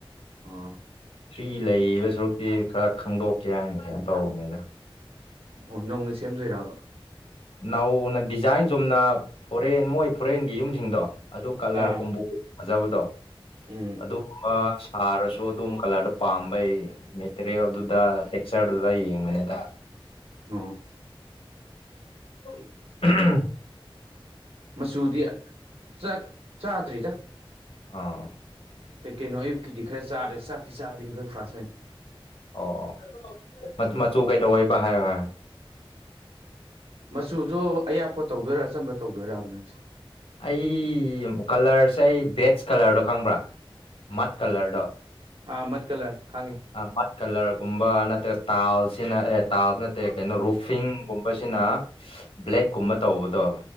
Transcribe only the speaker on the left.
ꯐ꯭ꯔꯤ ꯂꯩꯕ ꯁꯔꯨꯛꯇꯤ ꯈꯔ ꯈꯪꯗꯣꯛꯀꯦ ꯍꯥꯏꯅ ꯀꯩꯅꯣ ꯇꯧꯕꯅꯤꯗ
ꯅꯧꯅ ꯗꯤꯖꯥꯏꯟ ꯆꯨꯝꯅ ꯐꯣꯔꯦꯟ ꯃꯣꯏ ꯐꯣꯔꯦꯟꯒꯤ ꯌꯨꯝꯁꯤꯡꯗꯣ ꯑꯗꯨ ꯀꯂ꯭ꯔ
ꯀꯣꯝꯕꯣ ꯐꯖꯕꯗꯣ
ꯑꯗꯨꯒꯨꯝꯕ ꯁꯥꯔꯁꯨ ꯑꯗꯨꯝꯕ ꯀꯂ꯭ꯔꯗꯣ ꯄꯥꯝꯕꯩ ꯃꯦꯇ꯭ꯔꯦꯜꯗꯨꯗ ꯇꯦꯛꯆ꯭ꯔꯗꯨꯗ ꯌꯦꯡ ꯕꯅꯦꯗ
ꯎꯝ ꯎꯝ
ꯑꯣ
ꯑꯣ ꯑꯣ ꯃ ꯃꯆꯨ ꯀꯩꯗꯧꯋꯦꯕ ꯍꯥꯏꯌꯣ ꯍꯥꯏꯌꯣ
ꯑꯩ ꯀꯂ꯭ꯔꯁꯦ ꯑꯩ ꯕꯦꯆ ꯀꯂ꯭ꯔꯗꯣ ꯈꯪꯕ꯭ꯔꯥ ꯃꯠ ꯀꯂ꯭ꯔꯗꯣ
ꯑꯥ ꯃꯠ ꯀꯂ꯭ꯔꯒꯨꯝꯕ ꯅꯠꯇ꯭ꯔꯒ ꯇꯥꯜꯁꯤꯅ ꯑꯦ ꯇꯥꯜ ꯅꯠꯇꯦ ꯀꯩꯅꯣ ꯔꯨꯐꯤꯡꯒꯨꯝꯕꯁꯤꯅ ꯕ꯭ꯂꯦꯛꯀꯨꯝꯕ ꯇꯧꯕꯗꯣ